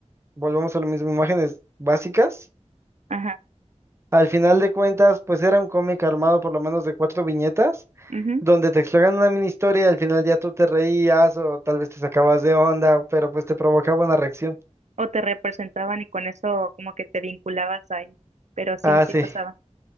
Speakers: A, on the right; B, on the right.
A: volvemos a lo mismo, imágenes básicas,
B: Ajá.
A: al final de cuentas, pues era un cómic armado por lo menos de cuatro viñetas
B: ujú.
A: donde te exploran una mini historia y al final ya tú te reías o tal vez te sacabas de onda, pero pues te provocaba una reacción.
B: O te representaban y con eso como que te vinculabas ahí. Pero sí,
A: Ah,
B: sí
A: sí,
B: pasaba.